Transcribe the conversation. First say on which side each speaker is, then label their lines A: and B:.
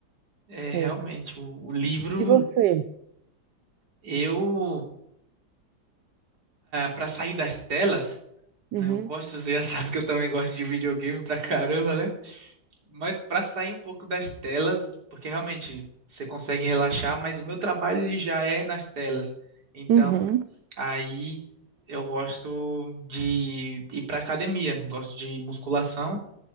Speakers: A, on the right (about 70°); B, on the right (about 85°).
A: é, realmente.
B: É.
A: O, o livro,
B: E você?
A: eu, para sair das telas,
B: Uhum,
A: né, eu gosto, você já <laughs> sabe que eu também gosto de videogame pra caramba, né? Mas para sair um pouco das telas, porque realmente você consegue relaxar, mas o meu trabalho ele já é nas telas. Então,
B: uhum,
A: Aí eu gosto de ir para academia, gosto de musculação,